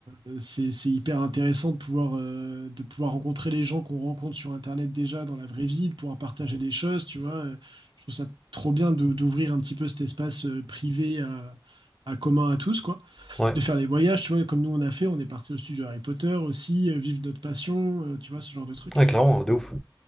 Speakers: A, on the right; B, in the centre.
A: euh, c'est, c'est hyper intéressant de pouvoir, euh, de pouvoir rencontrer les gens qu'on rencontre sur Internet déjà dans la vraie vie, de pouvoir partager des choses, tu vois. Euh, Je trouve ça trop bien de- d'ouvrir un petit peu cet espace euh, privé à à commun à tous, quoi.
B: Ouais.
A: de faire des voyages, tu vois, comme nous on a fait, on est parti au studio Harry Potter aussi, euh, vivre notre passion, euh, tu vois, ce genre de truc.
B: Ouais, clairement, de ouf.